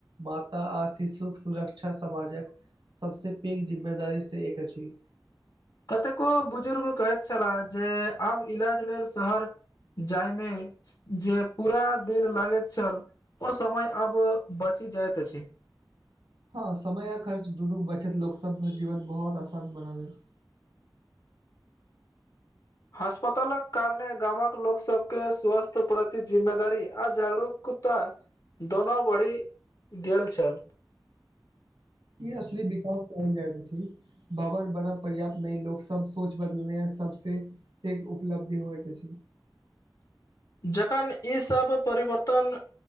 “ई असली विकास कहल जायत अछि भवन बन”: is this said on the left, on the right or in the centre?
Right